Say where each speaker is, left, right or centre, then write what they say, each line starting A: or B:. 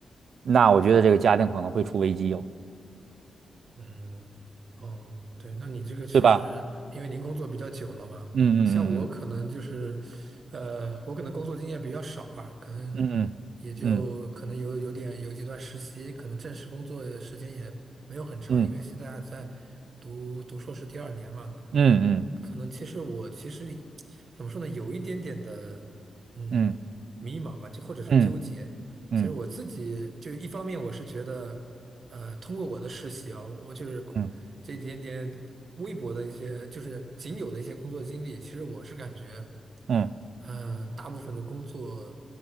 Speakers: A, on the right; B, on the right.
A: 那我觉得这个家庭可能会出危机哟，
B: 嗯，哦，对，那你这个其实，
A: 对吧？
B: 因为您工作比较久了嘛，
A: 嗯嗯嗯
B: 像我可能就是，呃，我可能工作经验比较少啊，可能
A: 嗯嗯
B: 也就可能有有点有几段实习，可能正式工作时间也没有很长，
A: 嗯
B: 因为现在还在读读硕士第二年嘛，
A: 嗯
B: 可能其实我其实怎么说呢，有一点点的嗯迷茫吧，
A: 嗯嗯
B: 就或者是纠结。
A: 嗯嗯嗯
B: 其实我自己就一方面我是觉得，呃，通过我的实习啊，我就是
A: 嗯嗯嗯。
B: 这一点点微薄的一些，就是仅有的一些工作经历，其实我是感觉，
A: 嗯
B: 呃，大部分的工作